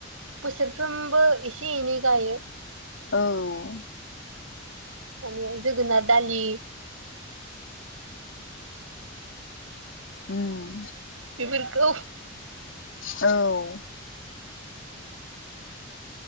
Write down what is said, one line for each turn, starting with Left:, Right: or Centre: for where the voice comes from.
Right: बोसोरफ्रोमबो एसे एनै गायो
Left: औ
Right: माने जोगोनाद दालि
Left: ओम
Right: बेफोरखौ
Left: औ